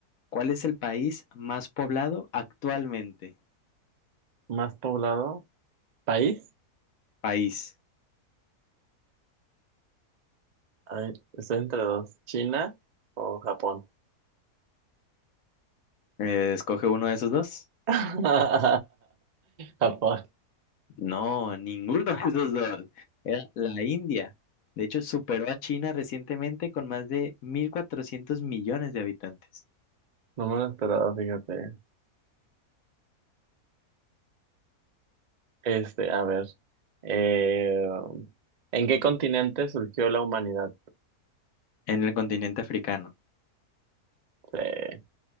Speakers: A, on the left; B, on the right.
A: ¿Cuál es el país más poblado actualmente?
B: más poblado, país,
A: País.
B: a estoy entre dos, China o Japón.
A: Eh, escoge uno de esos dos.
B: <laughs> Japón.
A: No, <laughs> ninguno de esos dos. Era la India. De hecho, superó a China recientemente con más de 1.400 millones de habitantes
B: No me lo esperaba, fíjate. Este, a ver. eh, ¿en qué continente surgió la humanidad?
A: en el continente africano.
B: Eh,